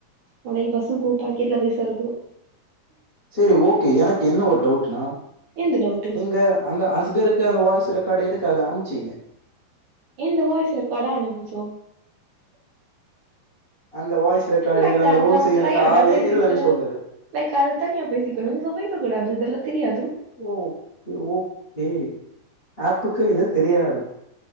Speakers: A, on the right; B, on the left.
A: நாளைக்கு பஸ்சுக்கு போ பாக்கெட்ல பைசா இருக்கனு
B: செரி ஓகே எனக்கு என்ன ஒரு டவுட்னா
A: எந்த டவுட்டு
B: நீங்க அந்த அஸ்கருக்கு அந்த வாய்ஸ் ரெக்கார்டு எதுக்காக அனுப்ச்சீங்க
A: எந்த வாய்ஸ் ரெக்கார்டு அனுப்பிச்சோ
B: அந்த வாய்ஸ் ரெக்கார்டு
A: லைக்
B: அந்த
A: அது
B: ரோஸு
A: நம்ம
B: எனக்கு
A: பிரைவேட்டா
B: ஆளே
A: பேசிக்கலா
B: இல்லன்னு சொல்லுது
A: லைக் அது தனியா பேசிக்கணு இங்க பேச கூடாது இதெல்லா தெரியாது
B: ஓ ஓகே ஆப்புக்கு இது தெரியாது